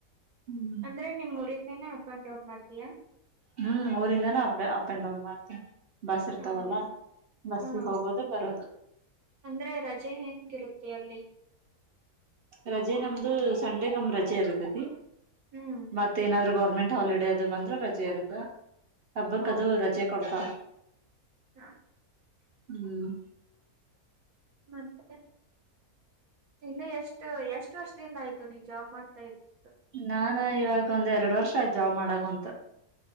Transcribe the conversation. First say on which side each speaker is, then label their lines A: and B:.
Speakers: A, on the right (about 55°); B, on the right (about 70°).
A: ಹ್ಮ್
B: ಅಂದ್ರೆ ನಿಮ್ ಊರಿಂದೇನ ಅಪ್ ಅಂಡ್ ಡೌನ್ ಮಾಡ್ತೀಯಾ.
A: ಹ್ಮ್ ಊರಿಂದಾನ ಅಪ್ ಡ ಅಪ್ಪ ಅಪ್ ಅಂಡ್ ಡೌನ್ ಮಾಡ್ತ ಬಸ್ ಇರ್ತಾವಲ್ಲ
B: ಹೌದಾ
A: ಬಸ್ಸಿಗ
B: ಹಾ
A: ಹೋಗೋದು ಬರೋದು.
B: ಅಂದ್ರೆ ರಜೆ ಹೆಂಗಿರುತ್ತೆ ಅಲ್ಲಿ.
A: ರಜೆ ನಮ್ದು ಸಂಡೆಗಮ್ ರಜೆ ಇರತತಿ
B: ಹ್ಮ್
A: ಮತ್ತ ಏನಾದ್ರೂ ಗೊರ್ ಗೌರ್ಮೆಂಟ್ ಹಾಲಿಡೇ ಅದು ಬಂದ್ರೆ ರಜೆ ಇರುತ್ತ. ಹಬ್ಬಕ್ಕದು
B: ಹೌದಾ
A: ರಜೆ ಕೊಡ್ತಾರ
B: ಹ
A: ಹ್ಮ್.
B: ಮತ್ತೆ ಇನ್ನೂ ಎಷ್ಟು ಎಷ್ಟು ವರ್ಷ ಿನ ಆಯ್ತು ನೀನ್ ಜಾಬ್ ಮಾಡ್ತಾ ಇದ್ರರಿ
A: ನಾನ ಇವಾಗ ಒಂದ್ ಎರಡು ವರ್ಷ ಆಯ್ತು ಜಾಬ್ ಮಾಡಾಕುಂತ.